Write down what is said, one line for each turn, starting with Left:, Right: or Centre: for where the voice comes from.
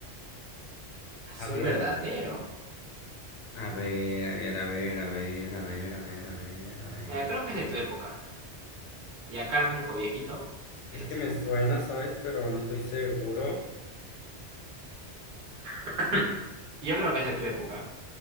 Right: Azul
Left: A ver,
Right: verdadero.
Left: a ver, a ver, a ver, a ver, a ver, a ver, a ver,
Right: Mira, creo que
Left: a ver.
Right: es de tu época. Y acá el único viejito es
Left: Es
Right: el
Left: que
Right: segundo.
Left: me suena, ¿sabes? Pero no estoy seguro.
Right: <clears throat> Yo creo que es de tu época.